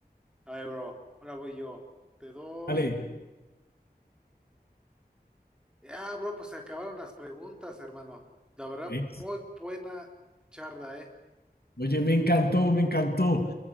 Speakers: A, in the centre; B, on the left.
A: A ver, bro, ahora voy yo. Te doy.
B: Vale.
A: Ya, bro, pues se acabaron las preguntas, hermano. La verdad,
B: ¿ves?
A: muy buena charla, ¿eh?
B: Oye, me encantó, me encantó.